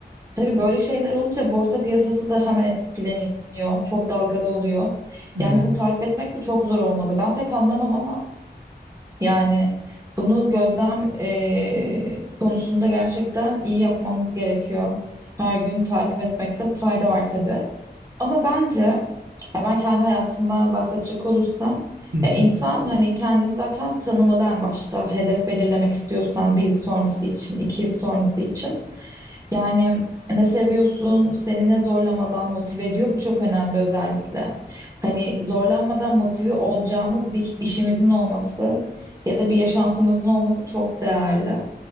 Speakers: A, on the right; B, on the right.
A: Tabii böyle şeyler olunca borsa piyasası da hemen etkileniyor. Çok dalgalı oluyor. Yani
B: Evet.
A: bunu takip etmek de çok zor olmalı. Ben pek anlamam ama yani bunu gözlem eee, konusunda gerçekten iyi yapmamız gerekiyor. Her gün takip etmekte fayda var tabii. Ama bence ya ben kendi hayatımdan bahsedecek olursam
B: Hı hı.
A: ya insan hani kendini zaten tanımalı en başta hedef belirlemek istiyorsan bir yıl sonrası için, iki yıl sonrası için. Yani ne seviyorsun, seni ne zorlamadan motive ediyor bu çok önemli özellikle. Hani zorlanmadan motive olacağımız bir işimizin olması ya da bir yaşantımızın olması çok değerli.